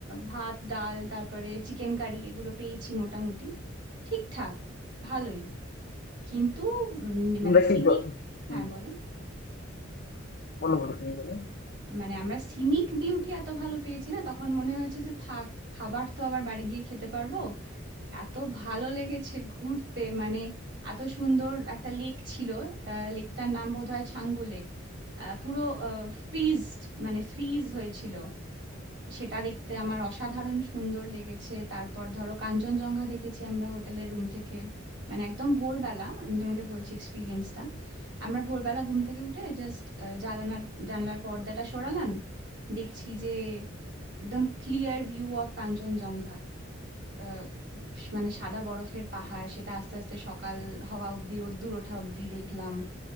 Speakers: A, on the right (about 60°); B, on the left (about 50°).
A: ভাত ডাল তারপরে চিকেন কারি এগুলো পেয়েছি মোটামুটি ঠিকঠাক ভালোই কিন্তু উম,
B: তোমরা
A: মানে
B: কি
A: সিনিক
B: ক- হ্যাঁ
A: হ্যাঁ বলো
B: বলো বলো তুমি বলো
A: মানে আমরা সিনিক বিউটি এত ভালো পেয়েছি না তখন মনে হয়েছে যে থাক খাবার তো আবার বাড়ি গিয়ে খেতে পারবো এত ভালো লেগেছে ঘুরতে মানে এত সুন্দর একটা লেক ছিল লেকটার নাম বোধহয় ছাঙ্গু লেক পুরো ফ্রিজড মানে ফ্রিজ হয়েছিল সেটা দেখতে আমার অসাধারণ সুন্দর লেগেছে তারপর ধরো কাঞ্চনজঙ্ঘা দেখেছি আমরা হোটেলের রুম থেকে মানে একদম ভোরবেলা আমি তোমাকে বলছি এক্সপিরিয়েন্সটা আমরা ভোরবেলা ঘুম থেকে উঠে জাস্ট জানালার জানলার পর্দাটা সরালাম দেখছি যে একদম ক্লিয়ার ভিউ অফ কাঞ্চনজঙ্ঘা আহ, মানে সাদা বরফের পাহাড় সেটা আস্তে আস্তে সকাল হওয়া অব্দি রোদ্দুর ওঠা অব্দি দেখলাম